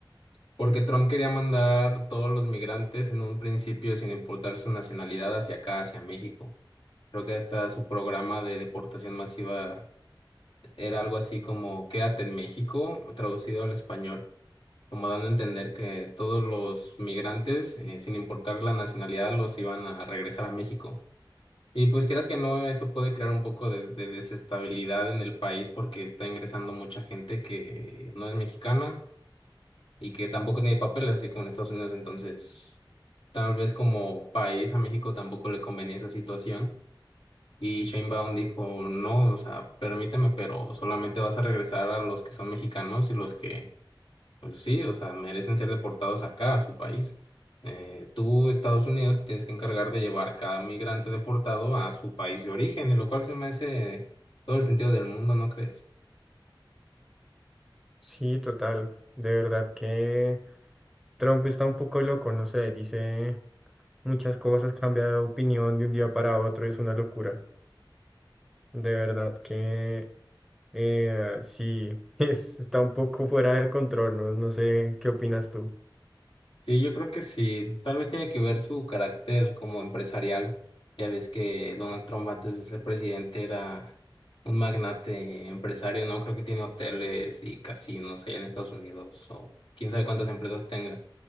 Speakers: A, on the left (about 70°); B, in the centre.
A: porque Trump quería mandar todos los migrantes en un principio sin importar su nacionalidad hacia acá, hacia México. Creo que hasta su programa de deportación masiva era algo así como Quédate en México, traducido al español, como dando a entender que todos los migrantes, eh, sin importar la nacionalidad, los iban a regresar a México. Y pues quieras que no, eso puede crear un poco de, de desestabilidad en el país porque está ingresando mucha gente que no es mexicana y que tampoco tiene papeles, así como en Estados Unidos. Entonces, tal vez como país a México tampoco le convenía esa situación. Y Sheinbaum dijo, no, o sea, permíteme, pero solamente vas a regresar a los que son mexicanos y los que pues sí, o sea, merecen ser deportados acá, a su país. Eh, tú, Estados Unidos, te tienes que encargar de llevar cada migrante deportado a su país de origen, y lo cual se me hace todo el sentido del mundo, ¿no crees?
B: Sí, total. De verdad que Trump está un poco loco, no sé, dice muchas cosas, cambia de opinión de un día para otro, es una locura. De verdad que Eh, sí, <laughs> es, está un poco fuera de control, ¿no? No sé qué opinas tú.
A: Sí, yo creo que sí. Tal vez tiene que ver su carácter como empresarial. Ya ves que Donald Trump antes de ser presidente era un magnate empresario, ¿no? Creo que tiene hoteles y casinos allá en Estados Unidos o quién sabe cuántas empresas tenga.